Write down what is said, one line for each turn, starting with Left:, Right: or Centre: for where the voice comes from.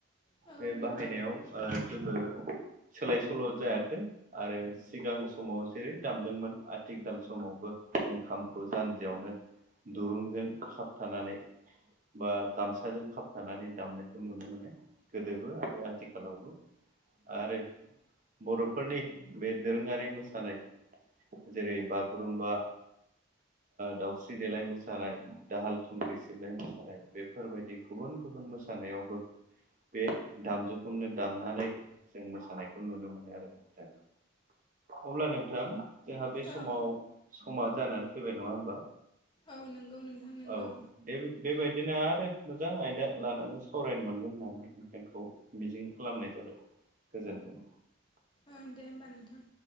Left: औ
Right: बे
Left: नंगौ।
Right: बाहायनायाव जेबो सोलाय सोल' जायाखै आरो सिगां समाव जेरै दामदोंमोन आथिखाल समावबो जों खामखौ जान्जियावनो दुरुंजों खाबथानानै बा गामसाजों खाबथानानै दामनायखौ नुनो मोनो गोदोबो आरो आथिखालावबो आरो बर'फोरनि बे दोरोङारि मोसानाय जेरै बागुरुम्बा दाउस्रि देलाय मोसानाय दाहाल थुंग्रि सिबनाय मोसानाय बे बेफोरबायदि गुबुन गुबुन मोसानायावबो बे दामजुखौनो दामनानै जों मोसानायखौ नुनो मोनो आरो दा अब्ला नों थां जोंहा बे समाव
Left: औ
Right: समा जानानै फैबाय नङा होनबा
Left: औ नंगौ नोंथां नंगौ
Right: औ बेब बेबादिनो आरो मोजां आयदा लानानै सावरायनो मोनगोन होननानै खौ मिजिं खालामनाय जाबाय गोजोन्थों
Left: ओं दे होमबा नोंथां